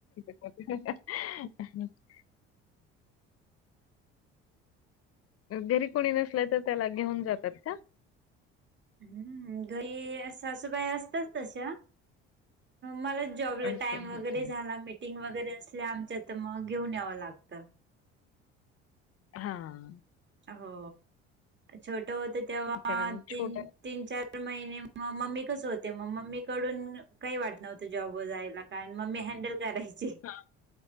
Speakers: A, on the left; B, on the right.
A: <unintelligible> घरी कोणी नसलाय तर त्याला घेऊन जातात का?
B: हम्म, घरी सासूबाई असताच तशा मला जॉबला
A: असं
B: टाईम वगैरे
A: अच्छा.
B: झाला मीटिंग वगैरे असल्या आमच्या तर मग घेऊन यावं लागत.
A: हां,
B: हो छोट होत तेव्हा
A: कारण
B: तीन
A: छोटा
B: तीन, चार महिने मग मम्मी कडे होते मग मम्मी कडून काही वाटत नव्हतं जॉब वर जायला. काय मम्मी हँडल करायची. ची
A: हां,